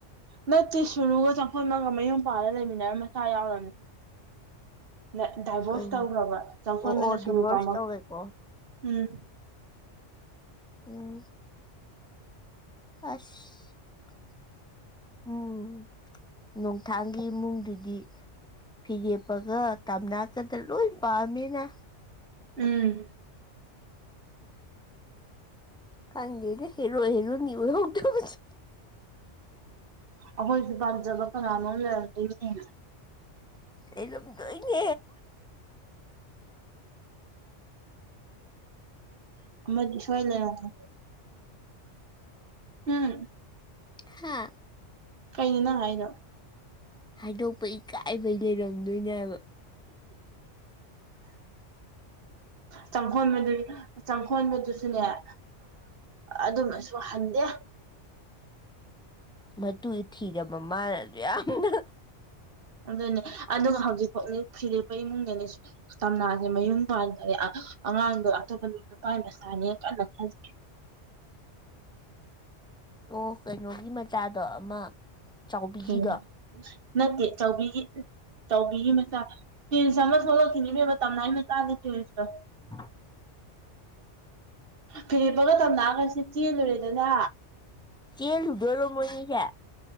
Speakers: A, on the right; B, in the centre.
A: ꯅꯠꯇꯦ ꯁꯨꯔꯨꯒ ꯆꯪꯈꯣꯟꯕꯒ ꯃꯌꯨꯝ ꯄꯥꯜꯂ ꯂꯩꯃꯤꯟꯅꯔ ꯃꯆꯥ ꯌꯥꯎꯔꯝꯅꯤ꯫ ꯗꯥꯏꯚꯣꯔꯁ
B: ꯀꯩꯅꯣ
A: ꯇꯧꯈ꯭ꯔꯕ ꯆꯪꯈꯣꯟꯕꯅ
B: ꯑꯣ ꯑꯣ
A: ꯁꯨꯔꯨ
B: ꯗꯤꯚꯣꯔꯁ
A: ꯄꯥꯝꯃꯛ
B: ꯇꯧꯋꯦꯀꯣ
A: ꯎꯝ꯫
B: ꯑꯣ꯫ ꯑꯁ꯫ ꯎꯝ ꯅꯣꯡꯊꯥꯡꯒꯤ ꯏꯃꯨꯡꯗꯨꯗꯤ꯫ ꯐꯤꯔꯦꯞꯄꯒ ꯇꯝꯅꯥꯀꯗ ꯂꯣꯏ ꯄꯥꯝꯃꯤꯅꯦ꯫
A: ꯎꯝ꯫
B: ꯈꯪꯗꯦꯅꯦ ꯍꯦꯔꯣ ꯍꯤꯔꯣꯏꯅꯤ ꯑꯣꯏꯍꯧꯗꯕꯁꯦ꯫
A: ꯑꯩꯈꯣꯏꯁꯨ ꯄꯖꯕ ꯀꯅꯅꯣꯝ ꯂꯩꯔꯝꯗꯣꯏꯅꯤ꯫
B: ꯂꯩꯔꯝꯗꯣꯏꯅꯦ꯫
A: ꯑꯃꯗꯤ ꯁꯣꯏ ꯂꯩꯔꯝꯒꯅꯤ꯫ ꯎꯝ꯫
B: ꯍꯥꯥ꯫
A: ꯀꯩꯅꯅꯣ ꯉꯪ ꯍꯥꯏꯗꯣ꯫
B: ꯍꯥꯏꯗꯣꯛꯄ ꯏꯀꯥꯏꯕꯩ ꯂꯩꯔꯝꯗꯣꯏꯅꯦꯕ꯫
A: ꯆꯪꯐꯣꯟ ꯃꯗꯤ ꯆꯪꯈꯣꯟꯕꯗꯨꯁꯨꯅꯦ ꯑ ꯑꯗꯨꯝꯁꯨꯍꯟꯗꯦ
B: ꯃꯇꯨ ꯏ ꯊꯤꯔꯕ ꯃꯥꯅ ꯑꯗꯨ ꯌꯥꯝꯅ
A: ꯑꯗꯨꯅꯦ ꯑꯗꯨꯒ ꯍꯧꯖꯤꯛꯐꯥꯎꯗꯤ ꯐꯤꯔꯦꯞꯄ ꯏꯃꯨꯡꯗꯅꯤ ꯇꯝꯅꯥꯁꯦ ꯃꯌꯨꯝ ꯄꯥꯟꯈ꯭ꯔꯦ ꯑꯉꯥꯡꯗꯣ ꯑꯇꯣꯞꯄ ꯅꯨꯄꯥꯥꯏ ꯃꯆꯥꯅꯤꯅ ꯀꯟꯅ ꯈꯜꯂꯤ
B: ꯑꯣ ꯀꯩꯅꯣꯒꯤ ꯃꯆꯥꯗꯣ ꯑꯃ ꯆꯥꯎꯕꯤꯒꯤꯗꯣ
A: ꯎꯝ ꯅꯠꯇꯦ ꯆꯥꯎꯕꯤꯒꯤ ꯇꯧꯕꯤꯒꯤ ꯃꯆꯥ ꯇꯋꯔꯤꯁ ꯑꯃ ꯊꯣꯛꯂꯛꯈꯤꯅꯤꯅꯦꯕ ꯇꯝꯅꯥꯏ ꯃꯆꯥꯅꯦ ꯇ꯭ꯔꯤꯟꯁꯇꯣ
B: ꯑ
A: ꯐꯤꯔꯦꯞꯄꯒ ꯇꯝꯅꯑꯒꯁꯤ ꯆꯦꯜꯂꯨꯔꯦꯗꯅ
B: ꯆꯦꯜꯗꯔꯣ ꯃꯅꯤꯒ